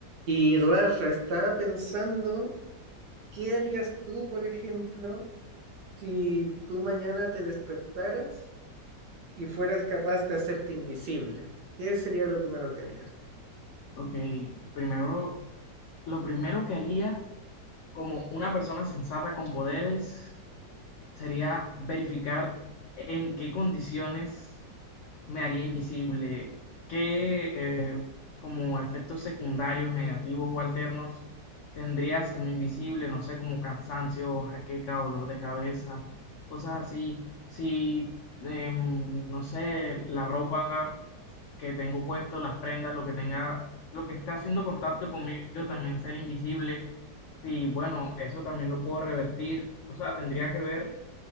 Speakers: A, on the right (about 70°); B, on the left (about 75°).
A: Y Rafa, estaba pensando, ¿qué harías tú, por ejemplo, si tú mañana te despertaras y fueras capaz de hacerte invisible? ¿Qué sería lo primero que harías?
B: Ok, primero, lo primero que haría como una persona sensata con poderes sería verificar en qué condiciones me haría invisible. ¿Qué eh, como efectos secundarios, negativos o alternos tendría hacerme invisible? No sé, como cansancio, jaqueca, dolor de cabeza, cosas así. Si, em, no sé, la ropa que tengo puesto, las prendas, lo que tenga, lo que esté haciendo contacto conmigo también ser invisible. Sí, bueno, eso también lo puedo revertir. O sea, tendría que ver